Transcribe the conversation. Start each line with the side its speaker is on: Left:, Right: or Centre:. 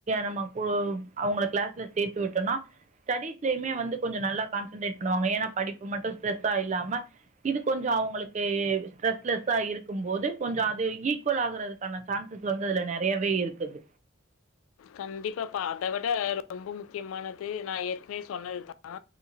Right: நம்ம அவங்க கிளாஸ்ல சேர்த்து விட்டோம்னா ஸ்டடிஸ்லுமே வந்து கொஞ்சம் நல்லா கான்சன்ட்ரேட் பண்ணுவாங்க ஏன்னா படிப்பு மட்டும் ஸ்ட்ரெஸ்ஸா இல்லாம இது கொஞ்சம் அவங்களுக்கு ஸ்ட்ரெஸ்லெஸ்ஸா இருக்கும் போது கொஞ்சம் அது ஈக்குவல் ஆகுறதுக்கான சான்சஸ் வந்து அதுல நிறையவே இருக்குது
Left: கண்டிப்பாப்ப அதை விட ரொம்ப முக்கியமானது நா ஏற்கனவே சொன்னதுதா